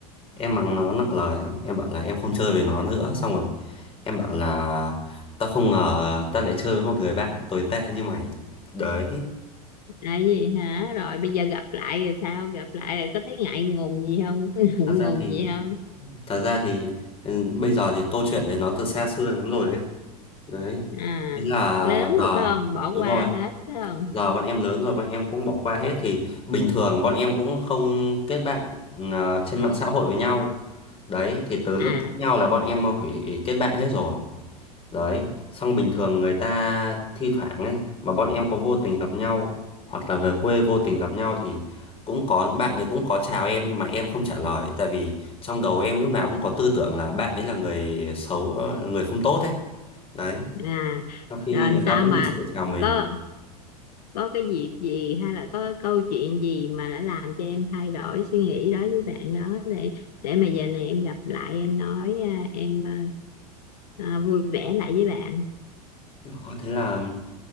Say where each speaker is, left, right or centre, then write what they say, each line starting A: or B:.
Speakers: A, on the left; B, on the left.
A: em mắng nó nặng lời lắm em bảo là em không chơi với nó Ừ. nữa xong rồi em bảo là tao không ngờ tao lại chơi với một người bạn tồi tệ như mày đấy
B: à gì hả rồi bây giờ gặp lại rồi sao gặp lại rồi có thấy ngại ngùng gì không có <laughs> ngượng
A: thật ra
B: ngùng
A: thì
B: gì không
A: thật ra thì ừ, bây giờ thì câu chuyện đấy nó từ xa xưa lắm rồi ấy đấy
B: à
A: thế là
B: lớn
A: giờ
B: rồi phải không bỏ qua
A: đúng rồi
B: hết phải không
A: giờ bọn em lớn rồi bọn em cũng bỏ qua hết thì bình thường bọn em cũng không kết bạn ừ, trên mạng xã hội với nhau đấy thì từ lúc
B: à
A: cãi nhau là bọn em hủy kết bạn hết rồi Đấy, xong bình thường người ta thi thoảng ấy mà bọn em có vô tình gặp nhau hoặc là về quê vô tình gặp nhau thì cũng có bạn ấy cũng có chào em nhưng mà em không trả lời tại vì trong đầu em lúc nào cũng có tư tưởng là bạn ấy là người xấu, ờ, người không tốt ấy. Đấy,
B: à
A: trong khi
B: rồi
A: người
B: sao
A: ta vẫn
B: mà
A: lịch sự chào mình.
B: có có cái dịp gì hay là có câu chuyện gì mà đã làm cho em thay đổi suy nghĩ đó với bạn đó để để mà giờ này em gặp lại em nói à, em à, à, vui vẻ lại với bạn
A: Đó, thế là